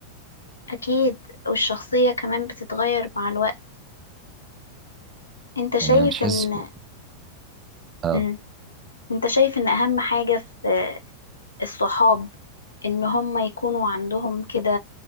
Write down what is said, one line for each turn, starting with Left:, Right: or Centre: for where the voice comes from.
Left: اكيد والشخصية كمان بتتغير مع الوقت انت شايف
Right: يعني انا مش حاسس
Left: ان
Right: اه
Left: مم. انت شايف ان اهم حاجة في الصحاب ان هم يكونوا عندهم كده